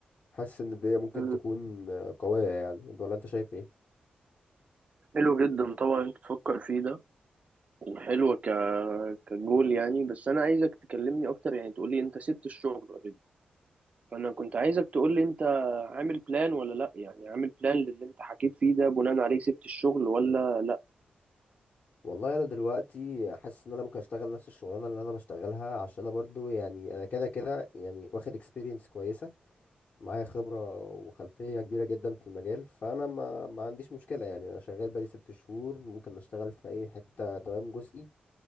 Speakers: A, on the left (about 55°); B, on the right (about 45°).
A: حاسس ان دي ممكن
B: مم.
A: تكون قوية يعني انت ولا انت شايف ايه
B: حلو جدا طبعا انت تفكر فيه ده وحلو ك كجول يعني بس انا عايزك تكلمني اكتر يعني تقول لي انت سبت الشغل اوريدي فانا كنت عايزك تقول لي انت عامل بلان ولا لا يعني عامل بلان للي انت حكيت فيه ده بناء عليه سبت الشغل ولا لا
A: والله انا دلوقتي حاسس ان انا ممكن اشتغل نفس الشغلانه اللي انا بشتغلها عشان انا برضو يعني انا كده كده يعني واخد اكسبيرينس كويسه معايا خبرة وخلفية كبيرة جدا في المجال فأنا ما, ما عنديش مشكلة يعني أنا شغال بقالي ست شهور ممكن أشتغل في أي حتة دوام جزئي